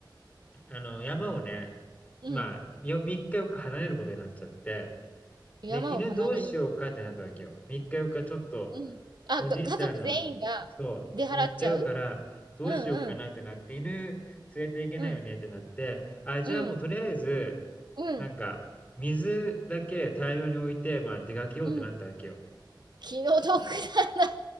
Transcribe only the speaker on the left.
あの、山をね、
まあ、よ、3日4日離れることになっちゃって、
で、犬どうしようかってなったわけよ。3日4かちょっと、
おじいちゃんの、
そう、に行っちゃうから、どうしようかなってなって、
犬連れていけないよねってなって、
あ、じゃあもうとりあえず、
なんか、水だけ大量に置いて、まあ出かけようってなったわけよ。